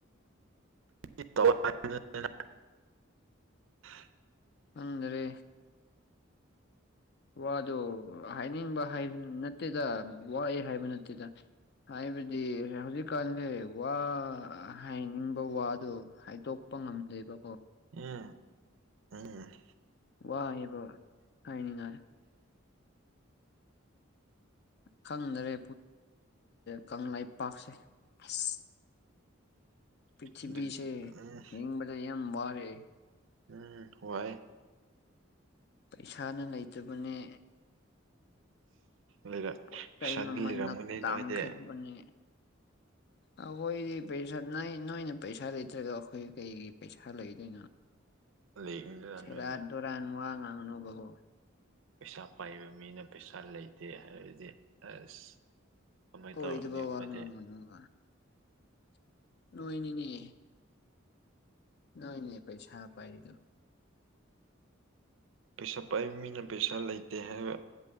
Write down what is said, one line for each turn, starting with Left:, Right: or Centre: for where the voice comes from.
Right: <inaudible>
Left: ꯈꯪꯗ꯭ꯔꯦ ꯋꯥꯗꯣ ꯍꯥꯏꯅꯤꯡꯕ ꯍꯥꯏ ꯅꯠꯇꯦꯗ ꯋꯥꯑ ꯍꯥꯏꯕ ꯅꯠꯇꯦꯗ ꯍꯥꯏꯕꯗꯤ ꯍꯧꯖꯤꯛꯀꯥꯟꯁꯦ ꯋꯥ ꯍꯥꯏꯅꯤꯡꯕ ꯋꯥꯗꯣ ꯍꯥꯏꯗꯣꯛ ꯀꯄ ꯉꯝꯗꯦꯕꯀꯣ
Right: ꯎꯝ ꯑꯝ
Left: ꯋꯥꯑꯕ ꯍꯥꯏꯅꯤꯡꯉꯥꯏ ꯈꯪꯗꯔꯦ ꯀꯪꯂꯩꯄꯥꯛꯁꯦ ꯑꯁ ꯄ꯭ꯤꯊꯤꯕꯤꯁꯦ
Right: ꯑꯗꯨ ꯎꯝ
Left: ꯍꯡꯕꯗ ꯋꯥꯔꯦ
Right: ꯎꯝ ꯋꯥꯏ
Left: ꯄꯩꯁꯥꯅ ꯂꯩꯇꯕꯅꯦ
Right: ꯂꯩꯔ
Left: ꯄꯣꯠ
Right: ꯄꯩꯁꯥꯗꯤ
Left: ꯆꯩ ꯃꯃꯜꯅ
Right: ꯂꯩꯔꯝꯒꯅꯤ
Left: ꯇꯥꯡꯈꯠꯄꯅꯦ
Right: ꯅꯣꯏꯗꯤ <inaudible>
Left: ꯑꯩꯈꯣꯏꯗꯤ ꯄꯩꯁꯥ ꯅ ꯅꯣꯏꯅ ꯄꯩꯁꯥ ꯂꯩꯇ꯭ꯔꯒ ꯑꯩꯈꯣꯏ ꯀꯩꯒꯤ ꯄꯩꯁꯥ ꯂꯩꯗꯣꯏꯅꯣ
Right: ꯂꯩꯒꯅꯤꯗꯅ
Left: ꯁꯦꯔꯟ
Right: ꯅꯣꯏꯗꯤ
Left: ꯇꯨꯔꯟ ꯋꯥ ꯉꯥꯡꯥꯡꯅꯨ ꯒꯣ
Right: ꯄꯩꯁꯥ ꯄꯥꯏꯕ ꯃꯤꯅ ꯄꯩꯁꯥ ꯂꯩꯇꯦ ꯍꯥꯏꯕꯗꯤ ꯑꯁ ꯀꯃꯥꯏ
Left: ꯀꯣꯏꯗꯕ
Right: ꯇꯧꯔꯅꯤ ꯑꯩꯈꯣꯏꯗꯤ
Left: ꯋꯥ ꯃꯥꯡꯒꯅꯨꯕ ꯅꯣꯏꯅꯤꯅꯦ ꯅꯣꯏ ꯅꯦ ꯄꯩꯁꯥ ꯄꯥꯏꯔꯤꯗꯨ
Right: ꯄꯩꯁꯥ ꯄꯥꯏꯕ ꯃꯤꯅ ꯄꯩꯁꯥ ꯂꯩꯇꯦ ꯍꯥꯏꯕ